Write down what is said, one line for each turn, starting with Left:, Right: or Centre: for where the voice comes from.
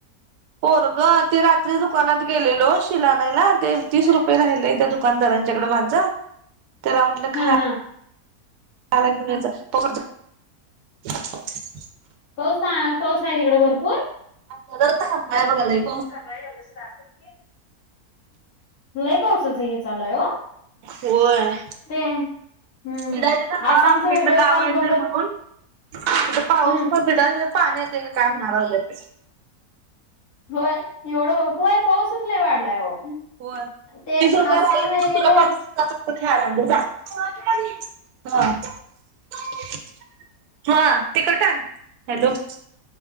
Right: पोरगं ते रात्री दुकानात गेलेलं ओ शील आणायला ते
Left: व्यायाम
Right: तीस रुपये
Left: कसं
Right: राहिलय
Left: चालू आहे तुमचं
Right: त्या दुकानदारांच्याकड माझं त्याला म्हटलं
Left: हा
Right: खा
Left: हा
Right: त्याला म्हटलं खायला घेऊन ये जा.
Left: पाऊस हा पाऊस आहे तिकडे भरपूर?
Right: <unintelligible> लई पाऊस
Left: <unintelligible> लय पावसाचं हे चालूय ओ.
Right: होय.
Left: ते हम्म
Right: बिडायच नाते
Left: आसामचा व्हिडिओ
Right: गावा
Left: कॉल बघत
Right: भर म्हणून तथ पाऊस
Left: हम्म
Right: पड पिठा पाणी येते काय म्हणायला लागल्यात.
Left: व्हय एवढं पोय पाऊसच लय वाढलाय ओ.
Right: होय.
Left: ते
Right: तीस रुपये
Left: आसाम
Right: राहिले त्यातले
Left: वगैरे हाईत.
Right: <inaudible> हा <unintelligible>